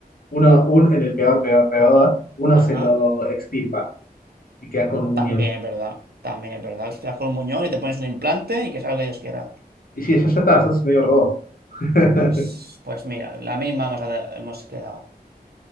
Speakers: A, on the left; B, on the right.
A: uno, un, en el peor, peor, peor, uno
B: Ajá.
A: se lo extirpa y quedas con un muñón.
B: También es verdad. También es verdad. Te das con un muñón y te pones un implante y que sea lo que Dios quiera.
A: Y sí, ya, ya está, sos medio robot. <laughs>
B: Pues, pues mira, la misma hemos, hemos quedado.